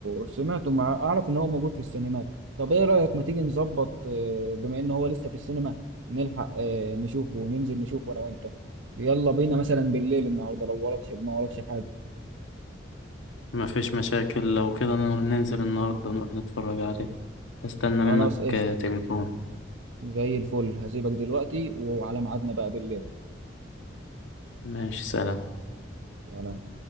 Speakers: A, on the right; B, on the left.
A: سمعته مع... اعرف ان هو موجود في السينمات طب ايه رايك ما تيجي نظبط آه، بما ان هو لسه في السينما نلحق آه، نشوفه وننزل نشوفه انا وانت يلا بينا مثلا بالليل النهارده لو وراكش ما وراكش حاجه
B: ما فيش مشاكل لو كده ننزل النهاردة نروح نتفرج عليه هستنى
A: خلاص
B: منك
A: قشطه
B: آه، تليفون
A: زي الفل هسيبك دلوقتي وعلى ميعادنا بقى بالليل
B: ماشي سلام
A: سلام